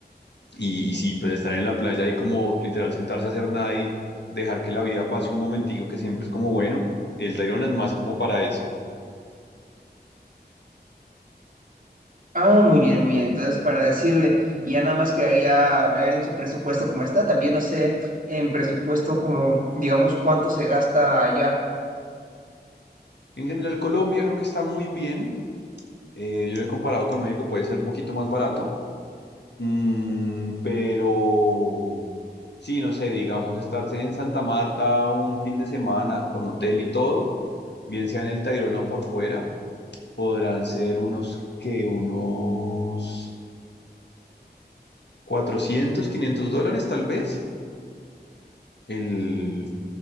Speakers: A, on the left (about 80°); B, on the right (about 50°).
A: y, y sí, pues estar en la playa y como literal sentarse a hacer nada y dejar que la vida pase un momentico que siempre es como bueno, el Tayrona es más como para eso.
B: Ah, muy bien, muy bien. Entonces, para decirle, y ya nada más quedaría ver en su presupuesto cómo está. También no sé en presupuesto como, digamos, cuánto se gasta allá
A: En general, Colombia creo que está muy bien. Eh, yo lo he comparado con México, puede ser un poquito más barato, Mm, pero sí, no sé, digamos, estarse en Santa Marta un fin de semana con hotel y todo, bien sea en el Tayrona o por fuera, podrán ser unos que unos 400 500 dólares tal vez. el,